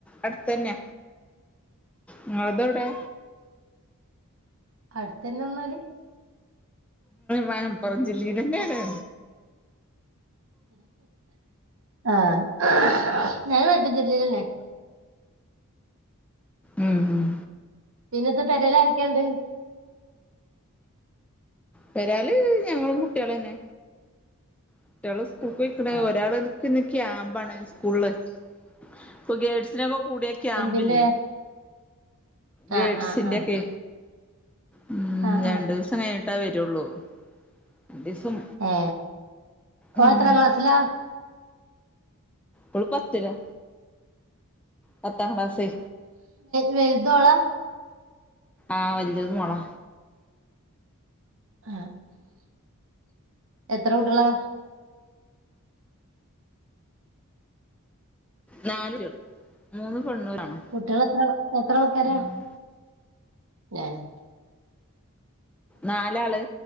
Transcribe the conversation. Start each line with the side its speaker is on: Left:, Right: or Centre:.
Centre: അടുത്തെന്നെ ഇങ്ങൾതൗടെ
Right: അടുത്തന്നെന്നാല്
Centre: മലപ്പുറം ജില്ലീൽന്നെയാണ്
Right: ആഹ് ഞാൻ മലപ്പുറജില്ലേല്ലെന്നെ
Centre: ഉം ഉം
Right: പിന്നെ ഇത് പെരേല് ആരൊക്കെണ്ട്
Centre: പേരെല് ഞങ്ങളും കുട്ടികളെന്നെ കുട്ടികള് സ് കൂൾക്ക് പോയിക്ക്ണ്
Right: ആ
Centre: ഒരാള് നിക്ക് ക്യാംമ്പാണ് സ്കൂളില് ഇപ്പൊ ഗേട്സിനെക്കൊ കൂടിയ ക്യാമ്പ്
Right: എന്തിന്റെ
Centre: ല്ലേ ഗേട്സിന്റെ
Right: ആ ആ ആ
Centre: ഒക്കെ ഉം
Right: ആ
Centre: രണ്ടു
Right: ആ
Centre: ദിവസം കഴിഞ്ഞി ട്ടാ വരുള്ളൂ രണ്ട് ദിവസം
Right: ഏ ഓൻ
Centre: ഉം
Right: എത്രാ ക്ലാസിലാ
Centre: ഓള് പത്തിലാ പത്താം ക്ലാസ്
Right: വലുതോളാ
Centre: ആഹ് വല്യത് മോളാ
Right: ആ എത്ര കുട്ടികളാ
Centre: നല് കുട്ടികളെ മൂന്ന് പെണ്ണും ഒരാണും
Right: കുട്ടികൾ എത്ര എത്ര ആൾക്കാരാ
Centre: ഉം
Right: ഏഹ്
Centre: നാലാള്